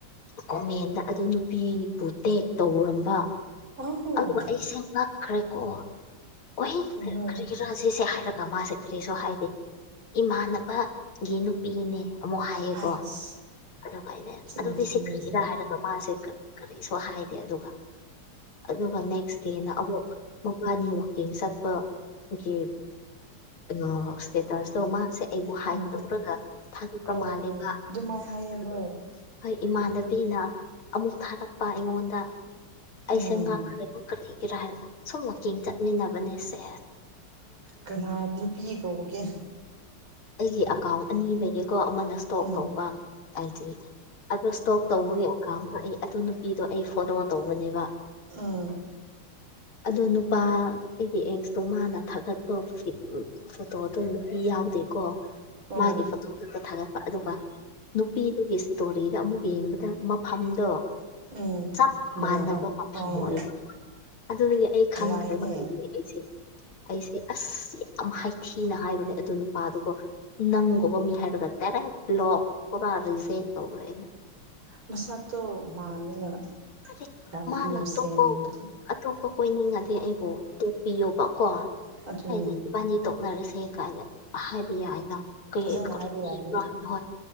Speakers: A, on the left; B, on the right.
A: ꯀꯣꯃꯦꯟꯗ ꯑꯗꯨ ꯅꯨꯄꯤꯕꯨ ꯇꯦꯛ ꯇꯧꯔꯝꯕ
B: ꯑꯣ
A: ꯑꯗꯨ ꯑꯩꯁꯦ ꯉꯛꯈ꯭ꯔꯦꯀꯣ ꯑꯣꯏꯍꯦꯛꯈ
B: ꯀꯩꯅꯣ
A: ꯔꯥꯖꯦꯁꯦ ꯍꯥꯏꯔꯛꯄ ꯑꯗꯨꯒ ꯃꯥꯁꯦ ꯀꯔꯤꯁꯨ ꯍꯥꯏꯗꯦ ꯏꯃꯥꯟꯅꯕꯒꯤ ꯅꯨꯄꯤꯅꯦ ꯑꯃꯨꯛ ꯍꯥꯏꯌꯦꯀꯣ
B: ꯍꯥꯏꯁ
A: ꯑꯗꯨꯒ ꯑꯩꯅ
B: ꯆꯤꯟꯊꯤꯕꯁꯤꯗꯤ
A: ꯑꯗꯨꯗꯤ ꯁꯤꯈ꯭ꯔꯤꯔꯥ ꯍꯥꯏꯔꯒ ꯃꯥꯁꯤ ꯀꯔꯤꯁꯨ ꯍꯥꯏꯗꯦ ꯑꯗꯨꯒ ꯑꯗꯨꯒ ꯅꯦꯛꯁ ꯗꯦꯅ ꯑꯃꯨꯛ ꯃꯕꯥꯅꯤ ꯋꯀꯤꯡ ꯆꯠꯄ ꯑꯩꯈꯣꯏꯒꯤ ꯑ ꯁꯦꯇꯁ ꯇꯣ ꯃꯥꯁꯦ ꯑꯩꯕꯨ ꯍꯥꯏꯛ
B: ꯎꯝ
A: ꯇꯧꯔꯒ ꯊꯥꯒꯠꯄ
B: ꯑꯣ
A: ꯃꯥꯜꯂꯦꯕ
B: ꯍꯣꯏ ꯑꯗꯨꯃꯥꯏ ꯍꯥꯏꯌꯦ
A: ꯑꯗꯨꯒ
B: ꯍꯣꯏ
A: ꯍꯣꯏ ꯏꯃꯥꯟꯅꯕꯤꯅ ꯑꯃꯨꯛ ꯊꯥꯔꯛꯄ ꯑꯩꯉꯣꯟꯗ ꯑꯩꯁꯦ
B: ꯎꯝ
A: ꯉꯥꯛꯈ꯭ꯔꯦꯕꯈꯂꯛꯏ ꯀꯔꯣ ꯍꯥꯏꯔꯒ ꯁꯨꯝ ꯋꯥꯛꯀꯤꯡ ꯆꯠꯃꯤꯟꯅꯕꯅꯦꯁꯦꯁ
B: ꯀꯅꯥ ꯅꯨꯄꯤ ꯀꯧꯕꯒꯦ
A: ꯑꯩꯒꯤ ꯑꯦꯀꯥꯎꯟ ꯑꯅꯤ ꯂꯩꯌꯦ ꯀꯣ ꯑꯃꯅ ꯏꯁꯇꯣꯛ
B: ꯎꯝ
A: ꯇꯧꯕ ꯍꯥꯏꯗꯤ ꯑꯣ ꯏꯁꯇꯣꯛ ꯇꯧꯕꯒꯤ ꯑꯩ ꯑꯗꯨ ꯅꯨꯄꯤꯗꯣ ꯑꯩ ꯐꯣꯂꯣ ꯇꯧꯕꯅꯦꯕ
B: ꯎꯝ
A: ꯑꯗ ꯅꯨꯄꯥ ꯑꯩꯒꯤ ꯑꯦꯛꯁꯇꯣ ꯃꯥꯅ ꯊꯥꯒꯠꯄ ꯎ ꯐꯣꯇꯣ ꯅꯨꯄꯤ ꯌꯥꯎꯗꯦꯀꯣ
B: ꯎꯝ
A: ꯃꯥꯒꯤ ꯐꯣꯇꯣ ꯈꯛꯇ ꯊꯥꯒꯠꯄ ꯑꯗꯨꯒ ꯅꯨꯄꯤꯗꯨꯒꯤ ꯏꯁꯇꯣꯔꯤꯗ ꯑꯃꯨꯛ ꯌꯦꯡꯕꯗ ꯃꯐꯝꯗꯣ
B: ꯎꯝ
A: ꯆꯞ ꯃꯥꯟꯅꯕ
B: ꯂꯕ
A: ꯃꯐꯝ
B: ꯑꯣ
A: ꯑꯣꯏꯕ ꯍꯣꯏ ꯑꯗꯨꯗꯒꯤ ꯑꯩ ꯈꯪꯈ꯭ꯔꯕ
B: ꯌꯥꯏꯅꯦ
A: ꯑꯗꯨ ꯑꯩꯁꯦ ꯑꯩꯁꯦ ꯑꯁ ꯌꯥꯝ ꯍꯥꯏꯊꯤ ꯊꯤꯅ ꯍꯥꯏꯕꯅꯦ ꯑꯗꯨ ꯅꯨꯄꯥꯗꯨꯒꯣ ꯅꯪꯒꯨꯝꯕ ꯃꯤ ꯍꯥꯏꯔꯒ ꯇꯔꯦꯛ꯭ꯂꯣꯛ ꯄꯨꯔꯥꯔꯤꯁꯦ ꯇꯧꯈ꯭ꯔꯛꯏꯅꯦ
B: ꯃꯁꯥꯠꯇꯣ ꯃꯥꯡꯅꯅꯅ
A: ꯍꯥꯏꯗꯤ
B: ꯌꯥꯝ
A: ꯃꯥꯅ
B: ꯏꯅ
A: ꯑꯇꯣꯞꯄ
B: ꯁꯦꯟꯒꯨꯝꯕꯗ
A: ꯑꯇꯣꯞꯄ ꯀꯣꯏꯅꯤꯡꯉꯗꯤ ꯑꯩꯕꯨ ꯇꯣꯛꯄꯤꯌꯣꯕꯀꯣ
B: ꯑꯗꯨꯅꯤ
A: ꯍꯥꯏꯗꯤ ꯏꯕꯥꯅꯤ ꯇꯣꯛꯅꯔꯁꯦ ꯀꯥꯏꯅ ꯍꯥꯏꯕ ꯌꯥꯏꯅ ꯀꯩ
B: ꯐꯖꯅ
A: ꯀ
B: ꯍꯥꯏꯕ ꯌꯥꯕꯅꯦ
A: ꯏꯕ꯭ꯔꯥ ꯍꯥꯏꯅꯣ ꯍꯣꯏ